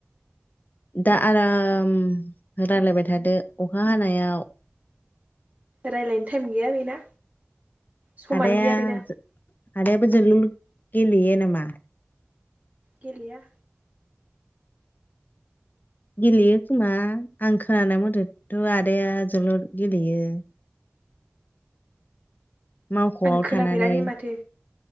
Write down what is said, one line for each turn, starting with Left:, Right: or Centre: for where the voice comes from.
Left: दा आराम रायलायबाय थादो अखा हानायाव
Right: रायज्लायनो टाइम गैया बेना समानो
Left: आदाया
Right: गैया बेना
Left: आदाया जोलुर गेलेयो नामा?
Right: गेलेया।
Left: गेलेयो खोमा आं खोनानाय मथेथ' आदाया जोलुर गेलेयो मावखआव
Right: आं खोनाफेराखै
Left: थानानै
Right: माथो